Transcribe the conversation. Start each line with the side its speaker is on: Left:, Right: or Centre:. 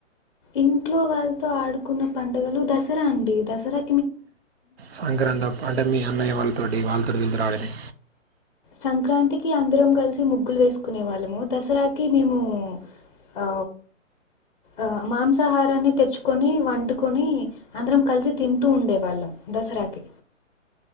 Left: ఇంట్లో వాళ్ళతో ఆడుకున్న పండుగలు దసరా అండి దసరా
Right: సంక్రాంతి అప్ అంటే మీ అన్నయ్య వాళ్తోటి వాళ్ళతోటి విల్లతోటి అడినై
Left: సంక్రాంతికి అందరం కలిసి ముగ్గులు వేసుకునే వాళ్ళము దసరాకి మేము ఆ ఆ మాంసాహారాన్ని తెచ్చుకొని వండుకొని అందరం కలిసి తింటూ ఉండే వాళ్ళం దసరాకి